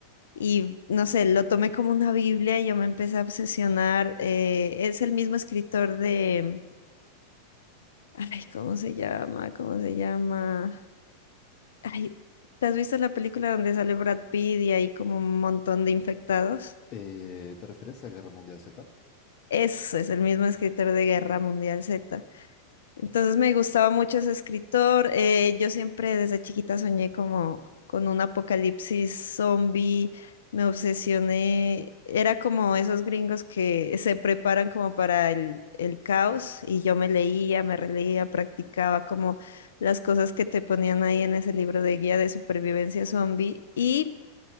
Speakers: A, on the left; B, on the left.
A: Y no sé, lo tomé como una Biblia y yo me empecé a obsesionar. eh, es el mismo escritor de... Ay, ¿cómo se llama? ¿Cómo se llama? Ay, ¿te has visto la película donde sale Brad Pitt y hay como un montón de infectados?
B: Eh, ¿te refieres a Guerra Mundial Z?
A: Eso es el mismo escritor de Guerra Mundial Z. Entonces me gustaba mucho ese escritor. eh, yo siempre desde chiquita soñé como con un apocalipsis zombie. Me obsesioné. Era como esos gringos que se preparan como para el, el caos y yo me leía, me releía, practicaba como las cosas que te ponían ahí en ese libro de guía de supervivencia zombie y